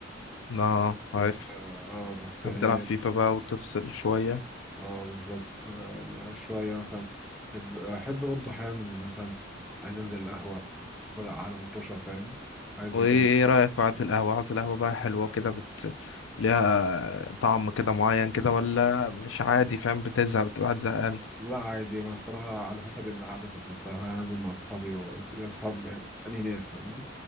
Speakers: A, in the centre; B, on the left (about 85°).
A: بحب
B: اه آه، عارف
A: اه آه، بس
B: بتحب
A: يعني
B: تلعب فيفا بقى وتفصل شوية
A: اه بالظبط آه، يعني شويه مثلا احب احب برضو احيانا مثلا عايز انزل القهوه اتفرج على مطوشه فاهم عايز زي
B: وإيه
A: كده
B: إيه رأيك بعد القهوة قعدة القهوة بقى حلوة كده بت... ليها طعم كده معين كده ولا مش عادي فاهم بتزهق بتبقى قاعد زهقان
A: لا عادي ما صراحه على حسب القعده ذات نفسها هنزل مع اصحابي و... يا اصحابي يعني انهي ناس فاهمني